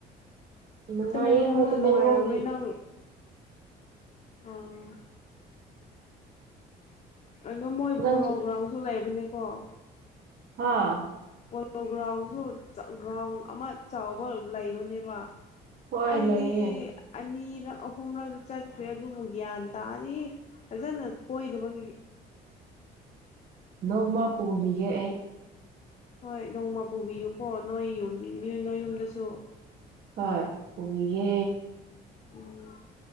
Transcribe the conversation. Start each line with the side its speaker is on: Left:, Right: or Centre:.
Right: ꯅꯨꯡꯉꯥꯏꯌꯦ
Left: ꯇꯃꯦꯡꯂꯣꯡꯅ
Right: ꯍꯣꯏ ꯇꯃꯦꯡꯂꯣꯡꯒꯤ
Left: ꯅꯨꯡꯉꯥꯏꯔꯝꯅꯤ ꯅꯪ ꯎꯝ꯫ ꯀꯩꯅꯣ ꯃꯣꯏ
Right: ꯅꯪꯁꯨ
Left: ꯄꯣꯂꯣ ꯒ꯭ꯔꯥꯎꯟꯖꯨ ꯂꯩ ꯑꯗꯨꯅꯤꯀꯣ꯫
Right: ꯍꯥꯥ꯫
Left: ꯄꯣꯂꯣ ꯒ꯭ꯔꯥꯎꯟꯖꯨ ꯒ꯭ꯔꯥꯎꯟ ꯑꯃ ꯆꯥꯎꯕ ꯂꯩꯕꯅꯦꯕ꯫
Right: ꯍꯣꯏ
Left: ꯑꯩꯗꯤ
Right: ꯂꯩꯌꯦ
Left: ꯑꯅꯤ ꯑꯍꯨꯝꯂꯛꯇꯤ ꯆꯠꯈ꯭ꯔꯦ ꯑꯗꯨꯕꯨ ꯒ꯭ꯌꯥꯟ ꯇꯥꯗ꯭ꯔꯤ ꯐꯖꯟꯅ ꯀꯣꯏꯗꯕꯒꯤ꯫
Right: ꯅꯣꯡꯃ ꯄꯨꯨꯕꯤꯒꯦ ꯑꯩ꯫
Left: ꯍꯣꯏ ꯅꯣꯡꯃ ꯄꯨꯕꯤꯌꯨꯀꯣ ꯅꯣꯏ ꯌꯨꯝ ꯅꯣꯏ ꯌꯨꯝꯗꯁꯨ꯫
Right: ꯍꯣꯏ ꯄꯨꯕꯤꯒꯦ꯫
Left: ꯎꯝ